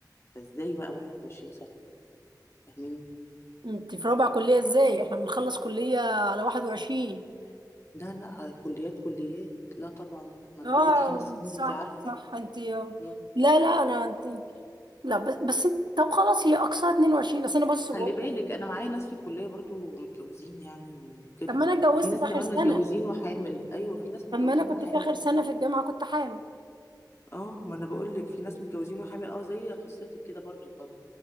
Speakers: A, on the left; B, on the right.
A: فإزاي بقى 21 سنة فاهميني
B: أنت في رابعة كلية إزاي احنا بنخلص كلية على 21
A: لا لا آه، كليات كليات لا طبعا ما أنا
B: اه
A: كليتي خمس سنين
B: صح
A: أنت عارفة
B: صح أنت لا
A: مم.
B: لا أنا أنت لا بس بس انت- طب خلاص هي اقصاها 22 بس انا بص بقول
A: خلي بالك
B: لك،
A: أنا معايا ناس في الكلية برضو متجوزين يعني وكده
B: طب ما انا اتجوزت
A: وفي ناس
B: في اخر
A: كمان
B: سنه
A: متجوزين وحامل أيوة في ناس متجوزين
B: طب ما انا كنت
A: وحامل
B: في اخر سنه في الجامعه كنت حامل
A: اه ما انا بقول لك في ناس متجوزين وحامل اه زي قصتك كده برضو طب